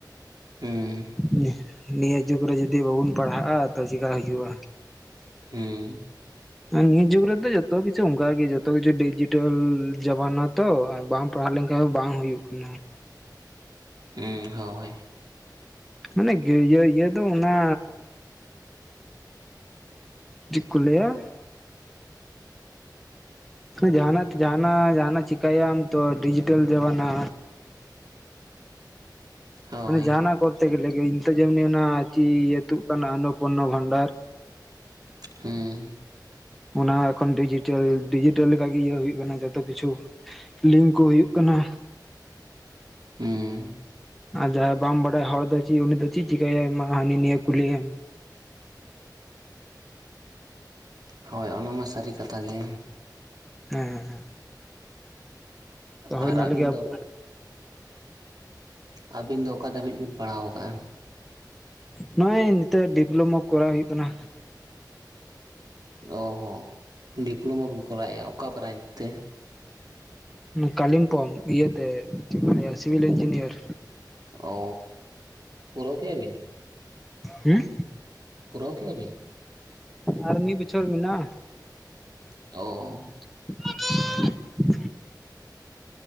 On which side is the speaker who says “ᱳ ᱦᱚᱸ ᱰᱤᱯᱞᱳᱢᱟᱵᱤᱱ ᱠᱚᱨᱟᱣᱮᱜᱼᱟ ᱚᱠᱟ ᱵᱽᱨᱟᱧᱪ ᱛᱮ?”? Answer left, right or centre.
Right